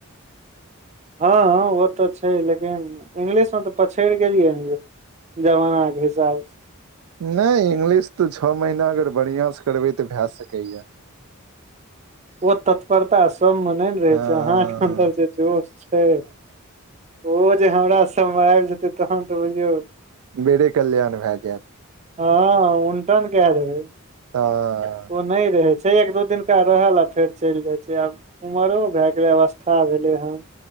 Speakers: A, on the right (about 30°); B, on the right (about 80°).
A: हँ हँ ओ तऽ छै लेकिन इंग्लिशमे तऽ पछड़ि गेलियै न यौ जमाना के हिसाब
B: नहि इंग्लिश तऽ छो महीना अगर बढ़िआंसँ करबै तऽ भए सकैया
A: ओ तत्परता सब में नहि ने रहे
B: हँ
A: छै अहा के अतर जोश छै ओ जे हमरा सबमे आबि जेतै तहन तऽ बुझियौ
B: बेरे कल्याण भए जायत
A: ह उटान के देबै
B: तऽ
A: ओ नहि रहै छै एक दू दिनका रहल आ फेर चलि जाइ छै आब उमरो भएके अवस्था भेलै हन